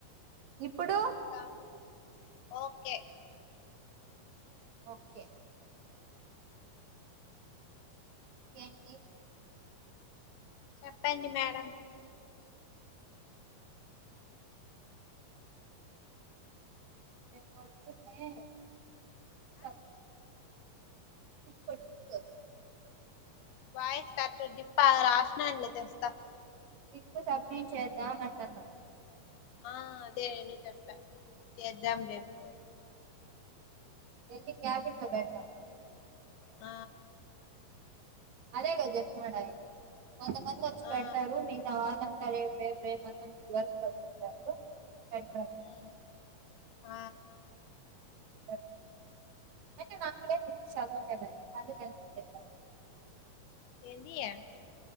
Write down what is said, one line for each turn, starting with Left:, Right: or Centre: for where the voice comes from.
Right: ఇప్పుడు
Left: స ఓకె
Right: ఓకే ఇంకేంటి
Left: చెప్పండి మేడం
Right: రెప్పొద్దిన్నె చెప్ టప్పటి క్కో
Left: వాయిస్ కట్ డిప్ప రా సెనాన్ లే తెస్త
Right: ఇప్పు సబ్మిట్ చేద్దాం అంటున్న
Left: ఆ అదే నేను చెప్ప చేద్దాం రేపు
Right: వెళ్లి క్యాబిన్ లో పెడ్తాం
Left: ఆ
Right: అదే కదా చెప్న్నాాడు ఆయన కొంతమంది వచ్చి
Left: ఆ,
Right: పెడతారు మీగత వాళ్ళ సర్ రేప్ రేప్ రేపు అంటున్నారు ఇదివరకు చూపిస్తారు కండి
Left: ఉమ్, ఆ
Right: డ అంటే నాకు చదవలేదాండి వాళ్ళు కలిసి చెప్పా
Left: ఏంది యె